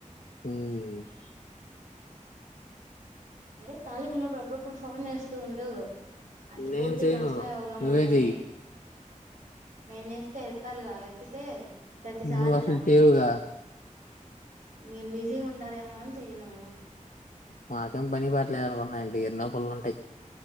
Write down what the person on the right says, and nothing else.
సరే ఖాళీకి ఉన్నప్పుడు అప్పుడప్పుడు ఫోన్ చేస్తూ ఉండు అసలు
పూర్తికి
మర్చిపోయావుగా
మమ్మల్ని
నేను చేస్తే ఎత్తాలి గా ఎత్తితే ప్రతిసారి
చేస్తా
మీరు బిజీగా ఉంటారేమో అని చెయ్యను